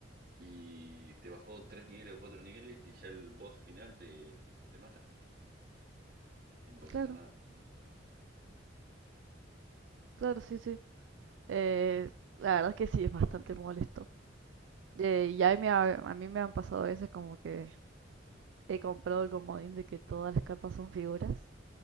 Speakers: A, on the right; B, on the right.
A: Y te bajó 3 niveles o 4 niveles y ya el boss final te, te mata. No puedes
B: Claro,
A: hacer nada.
B: claro, sí, sí. Eh, la verdad es que sí, es bastante molesto. Eh, y ahí me ha- a mí me han pasado veces como que he comprado el comodín de que todas las cartas son figuras